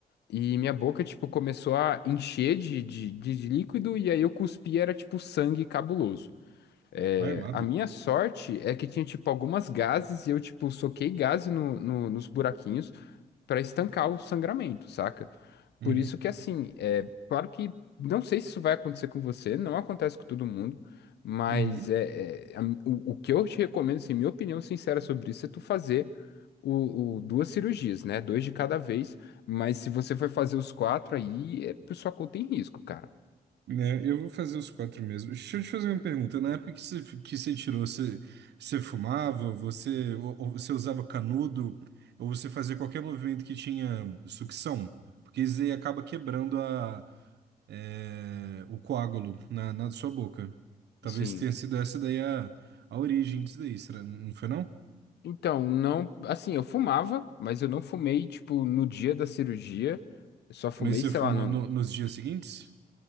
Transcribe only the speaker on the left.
E minha boca, tipo, começou a encher de, de, de líquido e aí eu cuspi, era tipo sangue cabuloso. É,
A minha sorte é que tinha, tipo, algumas gases e eu, tipo, soquei gás no, no- nos buraquinhos pra estancar o sangramento, saca?
Por isso que, assim, é claro que não sei se isso vai acontecer com você, não acontece com todo mundo, mas
é, é, a- o, o que eu te recomendo, assim, minha opinião sincera sobre isso é tu fazer o, o- duas cirurgias, né? Dois de cada vez, mas se você for fazer os quatro aí, é por sua conta em risco, cara.
Sim.
Então, não, assim, eu fumava, mas eu não fumei, tipo, no dia da cirurgia, eu só fumei,
sei
lá, no,